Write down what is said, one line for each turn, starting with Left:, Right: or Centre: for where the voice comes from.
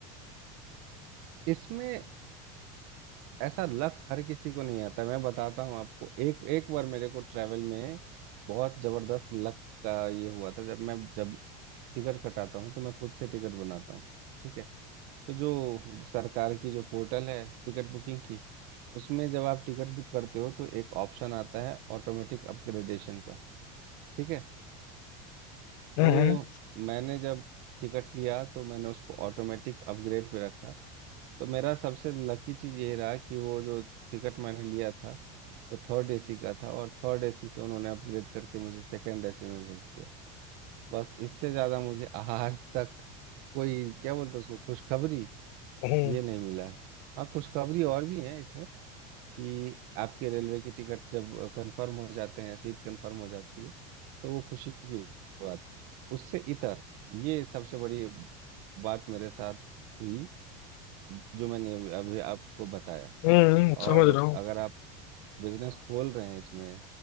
Right: इसमें ऐसा लक हर किसी को नहीं आता मैं बताता हूँ आपको एक एक बार मेरे को ट्रैवल में बहुत ज़बरदस्त लक का ये हुआ था जब मैं जब टिकट कटाता हूँ तो मैं खुद से टिकट बनाता हूँ ठीक है तो जो सरकार की जो पोर्टल है टिकट बुकिंग की उसमें जब आप टिकट बुक करते हो तो एक ऑप्शन आता है ऑटोमेटिक अपग्रेडेशन का ठीक है
Left: हम्म
Right: तो मैंने जब टिकट लिया तो मैंने उसको ऑटोमेटिक अपग्रेड पे रखा तो मेरा सबसे लकी चीज़ ये रहा कि वो जो टिकट मैंने लिया था वो थर्ड एसी का था और थर्ड एसी से उन्होंने अपग्रेड करके मुझे सेकंड एसी में भेज दिया बस इससे ज़्यादा मुझे <laughs> आज तक कोई क्या बोलते हैं उसको खुशखबरी
Left: हम्म
Right: ये नहीं मिला है। हाँ खुशखबरी और भी है इसमें कि आपके रेलवे की टिकट जब कंफर्म हो जाते हैं सीट कंफर्म हो जाती है तो वो खुशी की बात उससे इतर ये सबसे बड़ी बात मेरे साथ हुई जो मैंने अभी अभी आपको बताया
Left: हम्म, हम्म,
Right: और
Left: समझ रहा हूँ
Right: अगर आप बिजनेस खोल रहे हैं इसमें